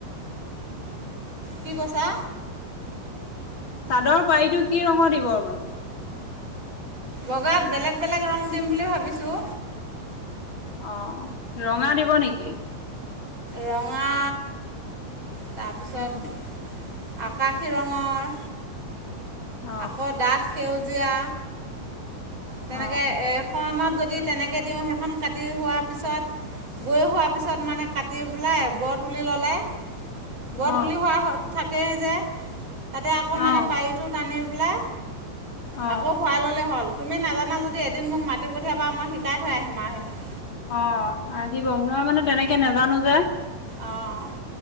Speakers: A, on the right; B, on the left.
A: কি কৈছা?
B: চাদৰ পাৰীটো কি ৰঙৰ দিব বোলোঁ?
A: বগাত বেলেগ বেলেগ ৰং দিম বুলি ভাবিছোঁ।
B: অ ৰঙা দিব নেকি?
A: ৰঙা তাৰপিছত
B: উম
A: আকাশী ৰঙৰ
B: অ
A: আকৌ ডাঠ সেউজীয়া তেনেকে
B: অ
A: এখনত যদি তেনেকে দিওঁ সেইখন কাটি হোৱা পিছত বৈ হোৱাৰ পিছত মানে কাটি পেলাই বৰ তুলি ল'লে। বৰ
B: অ
A: তুলি হোৱা হত থাকেই যে। তাতে আকৌ
B: অ
A: মানে পাৰীটো টানি কুলা
B: অ
A: আকৌ ভৰা ললে হ'ল তুমি নাজানা যদি এদিন মোক মাতি পঠিয়াবা মই শিকাই থৈ আহিম আৰু সেইখিনি।
B: অ আহিব মই মানে তেনেকে নাজানো যে।
A: অঁ